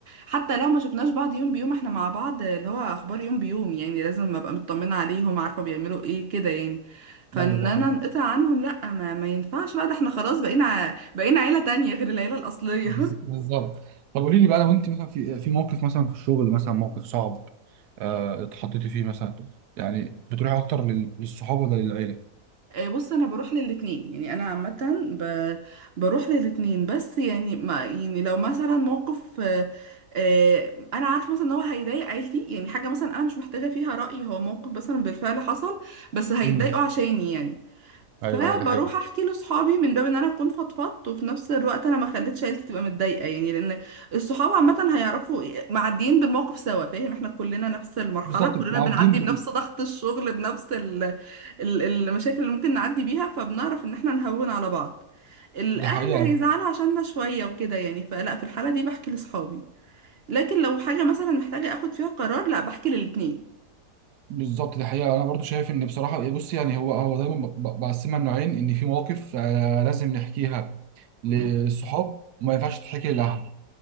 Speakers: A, on the right; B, on the right.
A: حتى لو ما شفناش بعض يوم بيوم احنا مع بعض اللي هو اخبار يوم بيوم يعني لازم ابقى مطمنة عليهم عارفة بيعملوا ايه كده يعني فان
B: ايوه ده
A: انا
B: حقيقي
A: انقطع عنهم لا ما, ما ينفعش بقى ده احنا خلاص بقينا ع- بقينا عيلة تانية غير العيلة الاصلية
B: بس-
A: <laughs>
B: بالظبط طب قولي لي بقى لو انت مثلا في في موقف مثلا في الشغل مثلا موقف صعب آه، اتحطيتي فيه مثلا يعني بتروحي اكتر لل- للصحاب ولا للعيله؟
A: آه، بص انا بروح للاتنين يعني انا عامه ب... بروح للاتنين بس يعني ما يعني لو مثلا موقف آه، آه، انا عارفه مثلا ان هو هيضايق عيلتي يعني حاجه مثلا انا مش محتاجه فيها راي هو موقف مثلا بالفعل حصل بس هيتضايقوا
B: مم.
A: عشاني يعني
B: ايوه
A: فبروح
B: ايوه ده حقيقي
A: احكي لاصحابي من باب ان انا اكون فضفضت وفي نفس الوقت انا ما خليتش عيلتي تبقى متضايقه يعني لان الصحاب عامه هيعرفوا إيه- معديين بالموقف سوا فاهم احنا كلنا نفس المرحله
B: بالظبط
A: كلنا
B: معدين
A: بنعدي
B: بال-
A: بنفس ضغط الشغل بنفس ال ال المشاكل اللي ممكن نعدي بيها فبنعرف ان احنا نهون على بعض الاهل
B: ده حقيقة
A: هيزعلوا عشاننا شويه وكده يعني فلا في الحاله دي بحكي لاصحابي لكن لو حاجه مثلا محتاجه اخد فيها قرار لا بحكي للاتنين
B: بالظبط دي حقيقة أنا برضو شايف إن بصراحة بص يعني هو هو دايما ب- ب- بقسمها لنوعين إن في مواقف آه، لازم نحكيها للصحاب
A: مم.
B: وما ينفعش تتحكي للأهل